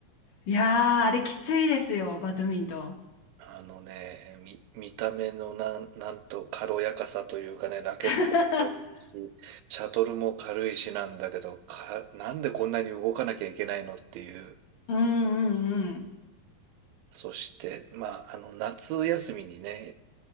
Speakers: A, on the left; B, on the right.
A: いやー、あれきついですよ、バドミントン。
B: あのね、見、見た目のなん、なんと軽やかさというかね、ラケットも軽いし、
A: <laughs>
B: シャトルも軽いしなんだけど、か、なんでこんなに動かなきゃいけないのっていう。
A: うんうん
B: そして、まあ、あの、夏休みにね、